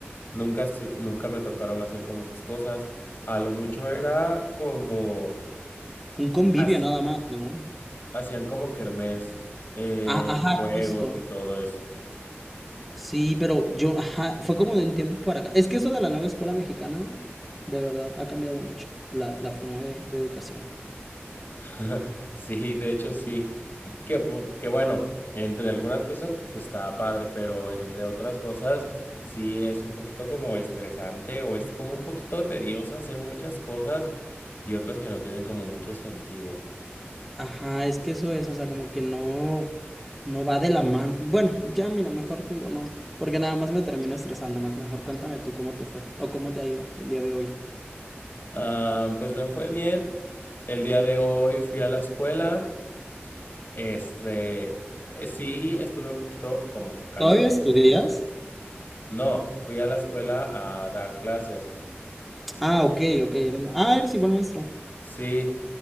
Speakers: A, on the left; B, in the centre.
A: Nunca, se- nunca me tocaron hacer como esas cosas. A lo mucho era como...
B: Un convivio
A: has-
B: nada más, ¿no?
A: Hacían como kermés, eh,
B: Ah, ajá,
A: juegos
B: justo.
A: y todo eso.
B: Sí, pero yo, ajá, fue como de un tiempo para acá. Es que eso de la nueva escuela mexicana, de verdad, ha cambiado mucho la, la forma de, de educación.
A: <laughs> Sí, de hecho sí. Que, pu- que bueno, entre algunas cosas pues está padre, pero entre otras cosas sí es un poquito como estresante o es como un poquito tedioso hacer muchas cosas y otras que no tienen como mucho sentido.
B: Ajá, es que eso es, o sea, como que no, no va de la mano. Bueno, ya mira, mejor te digo no, porque nada más me termino estresando más. Mejor cuéntame tú cómo te fue o cómo te ha ido el día de hoy.
A: Ah, pues me fue bien. El día de hoy fui a la escuela. Este, eh, sí, estuve un poquito como cansado.
B: ¿Todavía estudias?
A: No, fui a la escuela a dar clases.
B: Ah, ok, ok. eres ma- Ah, eres igual maestro.
A: Sí,